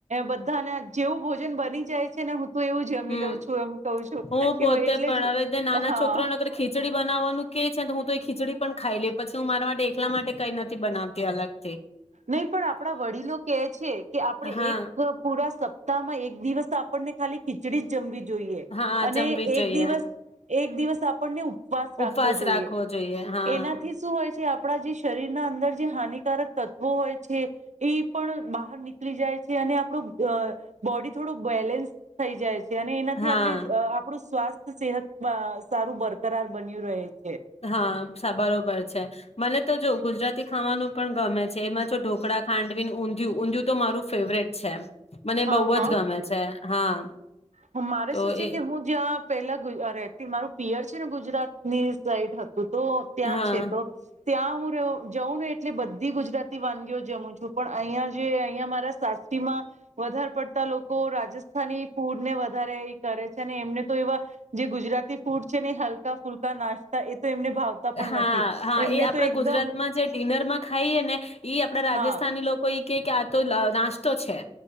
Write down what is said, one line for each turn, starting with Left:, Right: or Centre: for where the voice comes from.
Right: બધાને જેવું ભોજન બની જાય છે ને હું એવું જમી
Left: હમ
Right: લઉં છું, એમ કઉ છું.
Left: હું પોતે
Right: કે એટલે
Left: પણ
Right: જ
Left: હવે નાના
Right: હા
Left: છોકરાનેર ખીચડી બનાવવાનું કે છે. હું તો એ ખીચડી પણ ખાઈ લઈ, પછી હું મારા માટે એકલા માટે કઈ નથી બનાવતી અલગ.
Right: નહી પણ આપણા વડીલો કે છે કે આપણેે
Left: હા
Right: એક પૂરા સ તામાં એક દિવસ આપણને ખાલી ખીચડી જમવી જોઈએ
Left: હા
Right: અને
Left: જમવી
Right: એક
Left: જોઈએ
Right: દિવસ એક દિવસ આપ આપને ઉપવાસ રાખવો
Left: ઉપવાસ
Right: જોઈએ,
Left: રાખવો જોઈએ હા
Right: એનાથી શું હોય છે આપણા જે શરીર ના અંદર જે હાનિકારક તત્વો હોય છે, એ પણ બહાર નીકળી જાય છે અને આપડૂ અહ બોડી થોડું બેલેન્સ થઇ જાય છે. અને એનાથી
Left: હા
Right: આપણે આપણું સ્વાસ્થ્ય સેહત સારું બરકરાર બન્યું રહે છે.
Left: હા બરોબર છે, મને તો જો ગુજરાત તી ખાવાનું પણ ગમે છે, એમાં ઢોકળા, ખાંડવી ઊંધિું. ઊંધિું તો મારું ફેવરેટ છે. મને
Right: હા
Left: બઉુ
Right: હા
Left: જ ગમે છે. હા.
Right: મારે
Left: તો
Right: શું છે
Left: એ
Right: કે હું જ્યાં પેલા રહેતી, મારું પિયર છે ને ગુજરાતની સાઇડ હતું. તું તો ત્યાં
Left: હા
Right: છે તો ત્યાં હું જઉં ને એટલે બધી ગુજરાતી વાનગીઓ જમું છું, પણ અહિયાયા જે અહિયાયા મારા સાસરીમાં વધારે પડતા લોકો કો રાજસ્થની ફૂડ ને વધારે એ કરે છે ને એમને તો એવા જે ગુજરાતી ફૂડ છે ને હલકા ફુલકા નાસ્તા, એ તો એમને ભાવતા પણ
Left: હા,
Right: નથી
Left: હા,
Right: એમને
Left: એ આપડા
Right: તો એકદમ
Left: ગુજરાતમાં જે ડિનરમાં ખાઈએને ઈ આપડા રાજસ્થાની
Right: હા
Left: લોકો ઈ કે, આતો નાસ્તો છે.